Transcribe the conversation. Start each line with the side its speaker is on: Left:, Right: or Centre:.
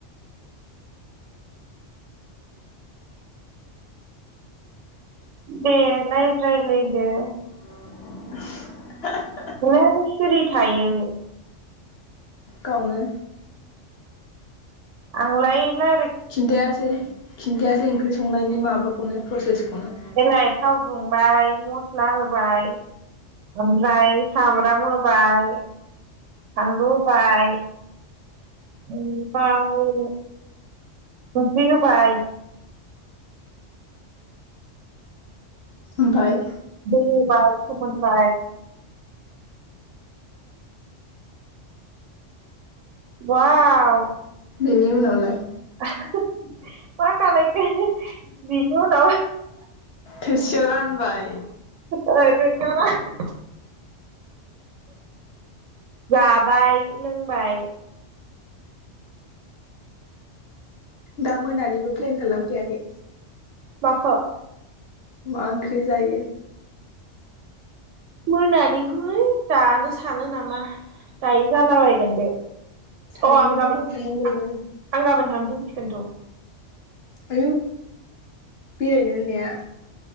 Right: दे लायरायलायदो
Left: <unintelligible>
Right: <unintelligible>
Left: गावनो
Right: आंलाय रायलाय
Left: खिन्थायासै खिन्थायासै ओंख्रि संनायनि माबाखौनो प्रसेसखौनो
Right: एलाय थाव दुंबाय मस्ला होबाय ओमफ्राय सामब्राम होबाय फानलु होबाय <unintelligible> संख्रि होबाय
Left: ओमफाय
Right: दै होबाय फोमोनबाय बाव
Left: बेनि उनावलाय
Right: <unintelligible>
Left: थोरसियाव रानबाय
Right: <unintelligible> जाबाय लोंबाय
Left: दा मोनानिबो प्लेन खालामखायाखै
Right: माखौ
Left: मा ओंख्रि जायो
Right: मोनानिखौ है दानो सानो नामा दायो जालाबायगोन बे
Left: साननो
Right: अ आं गाबोन
Left: दोनखानांगौनो
Right: आं गाबोन थांफिनसिगोनथ'
Left: आयौ बेरायनो होननाया